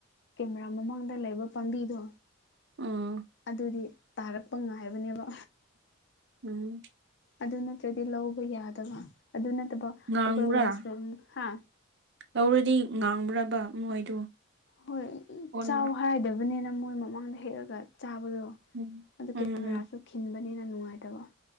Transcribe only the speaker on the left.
ꯀꯦꯃꯦꯔꯥ ꯃꯃꯥꯡꯗ ꯂꯩꯕ ꯄꯥꯝꯕꯤꯗꯣ
ꯑꯗꯨꯗꯤ ꯇꯥꯔꯛꯄ ꯉꯥꯏꯕꯅꯦꯕ
ꯑꯗꯨ ꯅꯠꯇ꯭ꯔꯗꯤ ꯂꯧꯕ ꯌꯥꯗꯕ ꯑꯗꯨ ꯅꯠꯇꯕ
ꯑꯩꯈꯣꯏ ꯋꯥꯁꯔꯨꯝ ꯍꯥ
ꯍꯣꯏ
ꯆꯥꯎ ꯍꯥꯏꯗꯕꯅꯤꯅ ꯃꯣꯏ ꯃꯃꯥꯡꯗ ꯍꯦꯛꯑꯒ ꯆꯥꯕꯗꯣ
ꯑꯗꯨ
ꯀꯦꯃꯦꯔꯥꯁꯨ ꯈꯤꯟꯕꯅꯤꯅ ꯅꯨꯡꯉꯥꯏꯇꯕ